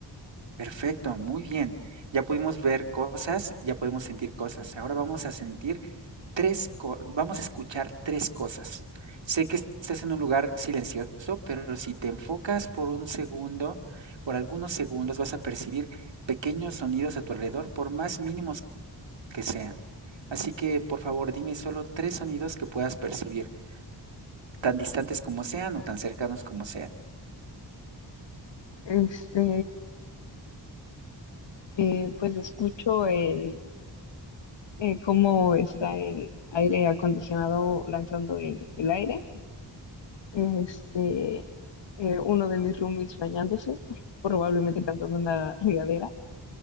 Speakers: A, on the right; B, on the left.
A: perfecto, muy bien. Ya pudimos ver cosas, ya podemos sentir cosas. Ahora vamos a sentir tres, co- vamos a escuchar tres cosas. Sé que estás en un lugar silencioso, pero si te enfocas por un segundo, por algunos segundos, vas a percibir pequeños sonidos a tu alrededor, por más mínimos que sean. Así que, por favor, dime solo tres sonidos que puedas percibir, tan distantes como sean o tan cercanos como sean.
B: Este, eh, pues escucho el eh, cómo está el aire acondicionado lanzando el, el aire. Este, eh, uno de mis roomies bañándose, <laughs> probablemente cantando en la regadera.